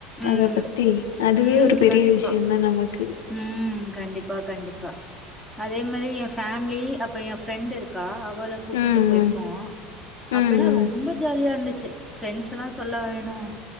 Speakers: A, in the centre; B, on the left.
A: ம்
B: அத பத்தி அதுவே
A: ம்
B: ஒரு பெரிய
A: கண்டிப்பா
B: விஷ்யந்தா நமக்கு
A: ம் கண்டிப்பா கண்டிப்பா அதே மாரி எ ஃபேமிலி அப்போ எ ஃப்ரெண்ட் இருக்கா அவளு உட்டுட்டு
B: ம்
A: போயிருக்கோ
B: ம் ம்
A: அப்பல்லா
B: ம்
A: ரொம்ப ஜாலியா இருந்துச்சு ஃப்ரெண்ட்ஸ்லா சொல்லவா வேணு